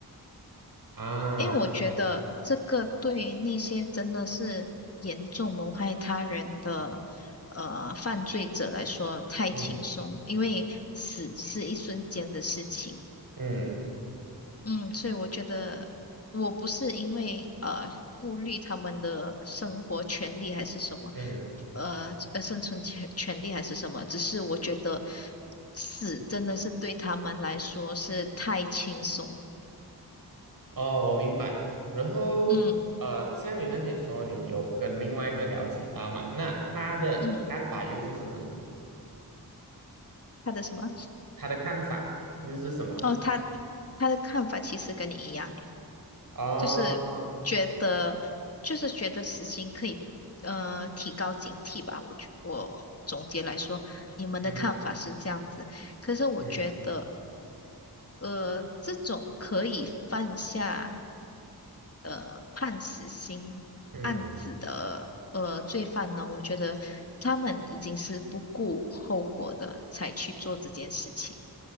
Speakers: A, on the right; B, on the left.
A: 啊，
B: 因为我觉得这个对那些真的是严重谋害他人的呃犯罪者来说太轻松，
A: 嗯
B: 因为死只是一瞬间的事情。
A: 嗯
B: 嗯，所以我觉得我不是因为呃顾虑他们的生活权利还是什么，
A: 嗯，
B: 呃呃生存权权利还是什么，只是我觉得死真的是对他们来说是太轻松。
A: 哦，我明白。然后呃，
B: 嗯
A: 像你那天说你有跟另外一个聊起刀嘛，那他的看法又是什么呢？
B: 嗯，他的什么？
A: 他的看法又是什么呢？
B: 哦，他他的看法其实跟你一样，诶，
A: 哦，
B: 就是觉得就是觉得死刑可以呃提高警惕吧。我觉我总结来说，你们的看法是这样子，
A: 嗯
B: 可是我觉得
A: 嗯
B: 呃这种可以犯下呃判死刑案子的呃罪犯呢，
A: 嗯
B: 我觉得他们已经是不顾后果的才去做这件事情。